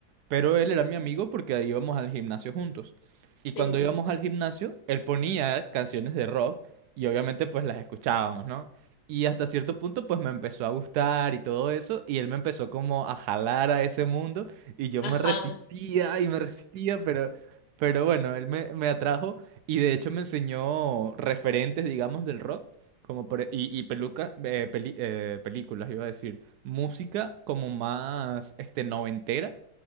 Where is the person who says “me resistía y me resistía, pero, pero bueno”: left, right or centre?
Right